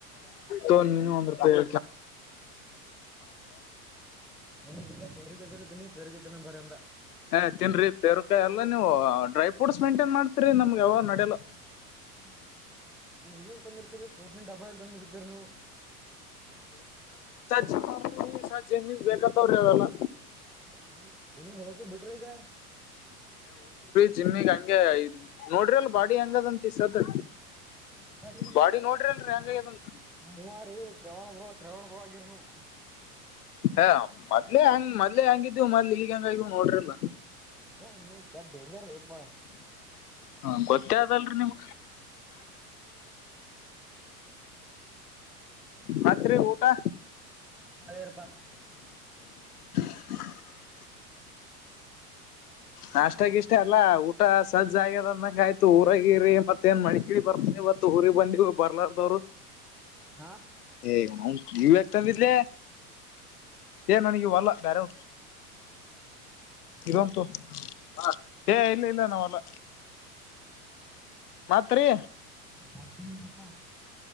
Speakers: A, on the left; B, in the centre.
A: ತೋ ನೀನು ಒಂದ್ ರೂಪಾಯ
B: ಎನಪ್ಪ ಬರುಗೆದುರು ತಿನಿ ಪರುಗೆ ದಿನ ಬರಂತ
A: ಏ ತಿನ್ರಿ ಪೇರಕಾಯಿ ಎಲ್ಲಾ ನೀವು ಡ್ರೈ ಫ್ರೂಟ್ಸ್ ಮೇಂಟೇನ್ ಮಾಡ್ತೀರಿ ನಮ್ಗೆ ಯಾವ ನಡಲ್ಲ
B: ಹ್ಮ ಹ್ಮ ತಂದ ಇರ್ತೀರಿ ಪ್ರೋಟೀನ್ ಡಬ್ಬಾ ಇಲ್ಲದನ ಇರ್ತರಿ ನೀವು
A: ಜಿಮ್ ಮಾಡ್ತೀವಿ ಸರ್ ಜಿಮ್ಮಿಗ್ ಬೇಕಾತವ್ರಿ ಅವೆಲ್ಲಾ
B: ಹ ಜಿಮಿಗ್ ಹೋತಿರ ಬಿಟ್ರಿ ಈಗ
A: ಜಿಮ್ಗ್ ಹಂಗೆ ನೋಡ್ರಿ ಅಲ್ ಬಾಡಿ ಹೆಂಗದಂತ ದ
B: ಈಗ
A: ಬಾಡಿ ನೋಡ್ರಿ ಅಲ್ರಿ ಹೆಂಗದಂತ
B: ನೀವ ರೀ ಶ್ರವಣ ಬ್ರೋ ಶ್ರವಣ ಬ್ರೋ ಆಗಿರ್ ನೀವು
A: ಎ ಮೊದ್ಲೆೇ ಹಂಗ್ ಮೊದ್ಲೆೇ ಹಂಗಿದ್ದು ಮೊದ್ಲ ಈಗ ಈಗ ಹೆಂಗಾಗಿವ ನೋಡ್ರಿಲ್ಲ
B: ಏ, ನೀವು ಕೆಟ್ಟ ಡೇಂಜರ್ ರೀ ಅಪ್ಪ
A: ಹ್ಮ ಗೊತ್ತೇ ಅದಲ್ರಿ ನಿಮ್ ಮತ್ತ ರೀ ಊಟಾ
B: ಆಗಿದ್ರಿಪಾ
A: <unintelligible> ನಾಷ್ಟಾಗಿಷ್ಟ ಎಲ್ಲ ಊಟ ಸಜ್ಜ್ ಆಗ್ಯದಂದಂಗ ಆಯ್ತು ಊರಗಿರಿ ಮತ್ತೇಏನ್ ಮಳಿಗಿಳಿ ಬರ್ತ ಇವತ್ತ ಊರಿಗೆ ಬಂದಿವಿ ಬರ್ಲಾರ್ದವ್ರು
B: ಹಾ
A: ಏ ಇವ ನೀವೌನ ಇವು ಯಾಕ ತಂದಿದಲ್ಲೆ ಏ ನನಗ ಇವಲ್ಲ ಬೇರೆ ಇದು ಒಂದು ತೋಗ ಹ ಏ ಇಲ್ಲ ಇಲ್ಲ ನಾವಲ್ಲ ಮತ್ರಿ
B: ಮತ್ತೇನಿಲ್ರಿಪಾ